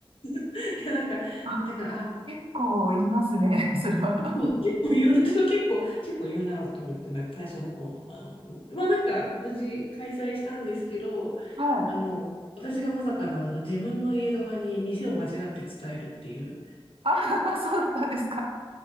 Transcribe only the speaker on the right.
あ、
結構いりますね。それは。
はい。
あ、<laughs> そうだったんですか。